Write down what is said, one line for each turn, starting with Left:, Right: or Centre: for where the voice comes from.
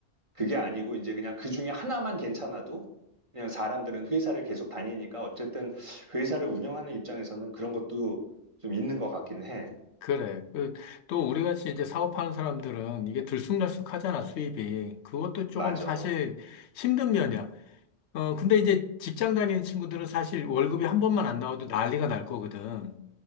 Right: 그게 아니고 이제 그냥 그 중에 하나만 괜찮아도 그냥 사람들은 회사를 계속 다니니까 어쨌든 회사를 운영하는 입장에서는 그런 것도 좀 있는 것 같긴 해.
Left: 그래. 그, 또 우리 같이 이제 사업하는 사람들은 이게 들쑥날쑥하잖아, 수입이. 그것도 조금
Right: 맞아.
Left: 사실 힘든 면이야. 어, 근데 이제 직장 다니는 친구들은 사실 월급이 한 번만 안 나와도 난리가 날 거거든.